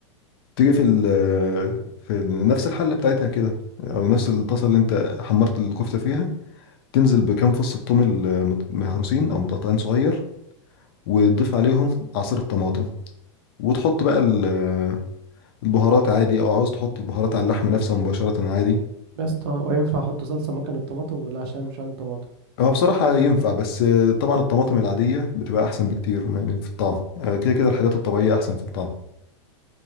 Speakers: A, on the left (about 50°); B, on the right (about 55°).
A: تيجي في ال... في ال- نفس الحلة بتاعتها كده أو نفس الطاسة اللي أنت حمرت الكفتة فيها تنزل بكام فص الثوم المت- مهروسين او متقطعين صغير وتضيف عليهم عصير الطماطم وتحط بقى ال- البهارات عادي او عاوز تحط البهارات على اللحم نفسه مباشرة عادي
B: يا اسطى هو ينفع احط صلصه مكان الطماطم ولا عشان مش عندي طماطم
A: هو بصراحة ينفع بس طبعا الطماطم العادية بتبقى أحسن بكتير يعني في الطعم آه، كده كده الحاجات الطبيعية أحسن في الطعم